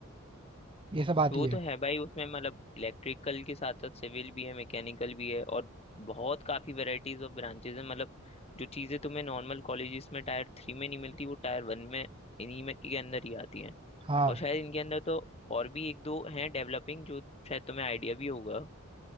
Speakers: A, on the right; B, on the left.
A: ये सब आती
B: वो
A: है
B: तो है भाई उसमें मतलब इलेक्ट्रिकल के साथ साथ सिविल भी है मैकेनिकल भी है और बहुत काफी वैरायटीज ऑफ ब्रांचेज है मतलब जो चीजें तुम्हें नॉर्मल कॉलेजेस में टायर थ्री में नहीं मिलती वो टायर वन में इन्हीं में के अंदर ही आती है
A: हाँ
B: और शायद इनके अंदर तो और भी एक दो हैं डेवलपिंग जो शायद तुम्हें आइडिया भी होगा